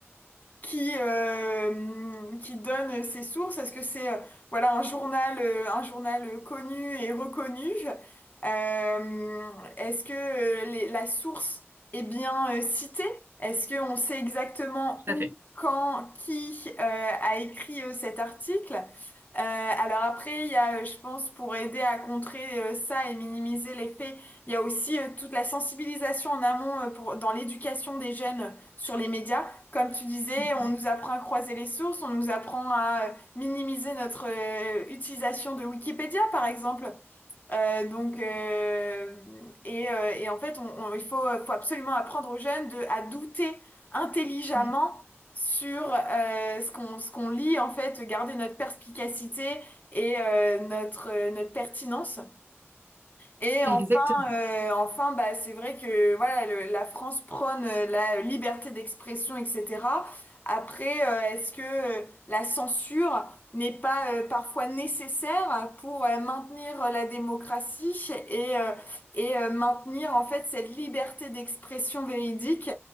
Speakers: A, on the left (about 35°); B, on the right (about 50°).
A: qui, euh, qui donne ses sources? Est-ce que c'est euh, voilà, un journal, euh, un journal connu et reconnu? Euh, est-ce que euh, les- la source est bien euh, citée? Est-ce qu'on sait exactement
B: Tout
A: où,
B: à fait.
A: quand, qui euh, a écrit euh, cet article? Euh, alors après, il y a, euh, je pense, pour aider à contrer euh, ça et minimiser les faits, il y a aussi euh, toute la sensibilisation en amont euh, pour, dans l'éducation des jeunes sur les médias. Comme tu disais,
B: Mm,
A: on nous apprend à croiser les sources, on nous apprend à euh, minimiser notre euh, utilisation de Wikipédia, par exemple. Euh, donc, euh, et, euh, et en fait, on- on- il faut, euh, faut absolument apprendre aux jeunes de, à douter intelligemment
B: mm.
A: sur euh, ce qu'on, ce qu'on lit, en fait, garder notre perspicacité et euh, notre, euh, notre pertinence. Et
B: Exactement.
A: enfin, euh, enfin, bah, c'est vrai que voilà, le- la France prône euh, la liberté d'expression, etc. Après, euh, est-ce que euh, la censure n'est pas euh, parfois nécessaire pour euh, maintenir la démocratie et, euh, et euh, maintenir en fait cette liberté d'expression véridique